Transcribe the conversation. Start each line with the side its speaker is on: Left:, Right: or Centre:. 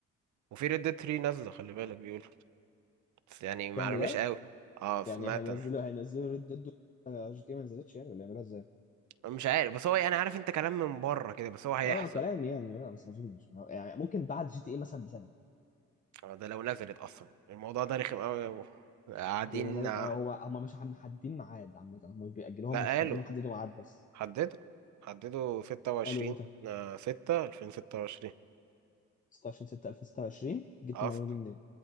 Right: وفي ريد ديد 3 نازلة خلي بالك بيقولوا بس يعني معلومناش
Left: كان بجد؟
Right: قوي اه سمعت
Left: يعني هينزلوا
Right: انا
Left: هينزلوا ريد ديد جي تي إيه ما نزلتش يعني ولا يعملوها ازاي؟
Right: مش عارف بس هو يعني عارف انت كلام من بره كده بس هو هيحصل
Left: اه كلام يعني لا بس ما اظنش يعني ممكن بعد جي تي اي مثلا بسنة
Right: اه ده لو نزلت اصلا الموضوع ده رخم قوي يا ابو. قاعدين
Left: جي تي اي نزلت
Right: لا
Left: آه هو هم مش محددين ميعاد عامة هم مش بيأجلوهم
Right: قالوا
Left: مش راضيين يحددوا ميعاد بس
Right: حددوا حددوا 26
Left: قالوا امتى؟
Right: 6 2026
Left: 26 6 2026 جبت
Right: اصلا
Left: المعلومة دي منين؟